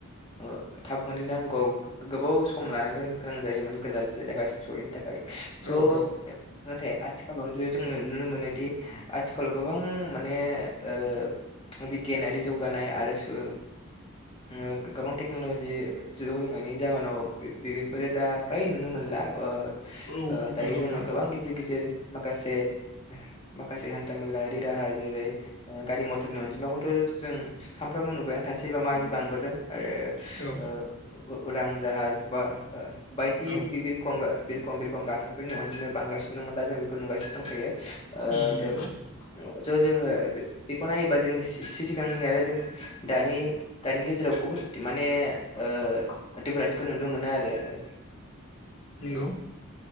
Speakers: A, on the left; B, on the left.
A: ओ थाब मोनहैनांगौ गो- गोबाव सम लानाय गो -गोनां जायोमोन गोजान जायगासिम सहैनो थाखाय स'
B: औ औ
A: नाथाय आथिखालाव जे जोंङो नुनो मोनोदि आथिखालाव गोबां माने ओ बिगियानारि जौगानाय आरो सो ओ गोबां टेक्न'लजि जौ- जौानायनायनि जाहोनाव बे- बेफोरो दा फ्राय नुनो मोनला ओ
B: औ
A: ओ दायो
B: नंगौ नोंथां
A: जोंङो गेजेर माखासे माखासे हान्थाामेलाारि राहा जेरै गारि मथरनि अनायै अनजिमाखौथ' जों सानफ्रामबो नुबायानो थासैबा मायदि बांबोदों आरो
B: औ
A: ओ उरां जाहाज बा ओ बायदि
B: औ
A: बिबिरखंगार बि खमब <unintelligible> रखं गाथोनफोरनि अनजिायाव बांगासिनो दङ दा जों बेखौ नुगासिनो दंखायो ओ-
B: उम नंगौ
A: ज' जोङो बे बेखौ नायोबा जों सि सिगांनि आरो जों दानि दानि गेजेराव बुहुत माने ओ मानेफारेन्स नुनो मोनो आरो
B: नंगौ